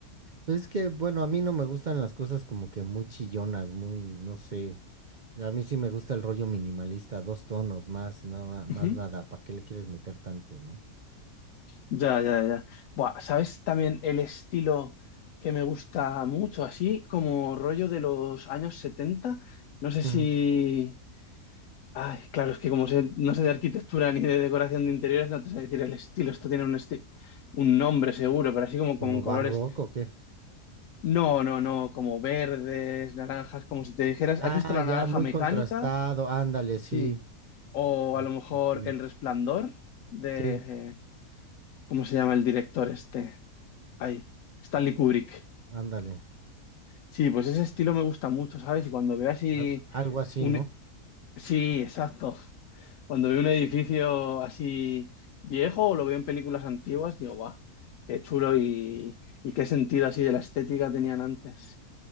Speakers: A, on the right (about 70°); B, on the left (about 65°).
A: Pues es que, bueno, a mí no me gustan las cosas como que muy chillonas, muy, no sé. A mí sí me gusta el rollo minimalista, dos tonos más, nada, más
B: Ujú.
A: nada. ¿Para qué le quieres meter tanto, no?
B: Ya, ya, ya. Buah, ¿sabes también el estilo que me gusta mucho? Así como rollo de los años setenta No sé
A: Ujú.
B: si, Ay, claro, es que como sé- no sé de arquitectura ni de decoración de interiores, no te sé decir el estilo. Esto tiene un, esti- un nombre seguro, pero así como
A: ¿Como
B: con colores.
A: barroco o qué?
B: No, no, no, como verdes, naranjas, como si te dijeras,
A: Ah,
B: ¿has visto la
A: ya,
B: naranja
A: muy
B: mecánica?
A: contrastado, ándale, sí.
B: Sí. O
A: Ah,
B: a lo
A: ok.
B: mejor
A: ok.
B: El Resplandor de,
A: Sí,
B: eh, ¿cómo se llama el director este? Ay, Stanley Kubrick.
A: ándale.
B: Sí, pues ese estilo me gusta mucho, ¿sabes? Y cuando veo así
A: al- algo así,
B: un...
A: ¿no?
B: Sí, exacto. Cuando veo un edificio así viejo o lo veo en películas antiguas, digo, va, qué chulo y, y qué sentido así de la estética tenían antes.